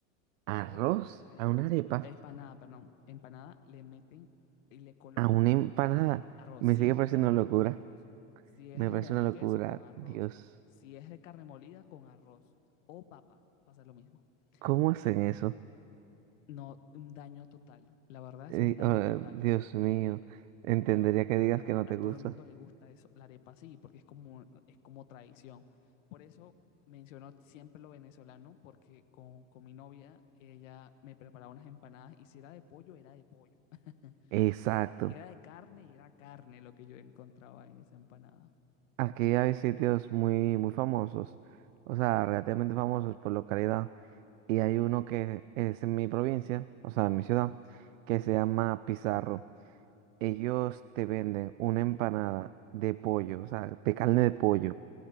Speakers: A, on the right (about 80°); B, on the left (about 85°).
A: Arroz
B: toda arepa,
A: a una arepa,
B: empanada, perdón, empanada, le meten y le colocan
A: a una
B: por
A: empanada.
B: dentro arroz.
A: Me
B: Si
A: sigue
B: es
A: pareciendo
B: de carne,
A: una locura.
B: con arroz. Si es
A: Me
B: jamón
A: parece una
B: y
A: locura.
B: queso, con arroz.
A: Dios,
B: Si es de carne molida, con arroz. O papa, pasa lo mismo.
A: ¿cómo hacen
B: Y
A: eso?
B: no, un daño total. La verdad es
A: Eh,
B: un daño
A: ah,
B: total.
A: Dios mío, entendería
B: Pero
A: que
B: acá
A: digas que no
B: a
A: te gusta.
B: todo el mundo le gusta eso, la arepa sí, porque es como, es como tradición. Por eso menciono siempre lo venezolano, porque con, con mi novia, ella me preparaba unas empanadas y si era de pollo, era de pollo. <laughs>
A: Exacto.
B: Y era de carne y era carne lo que yo encontraba en esa empanada.
A: Aquí hay sitios muy, muy famosos, o sea, relativamente famosos por localidad. Y hay uno que es en mi provincia, o sea, en mi ciudad, que se llama Pizarro. ellos te venden una empanada de pollo, o sea, de carne de pollo,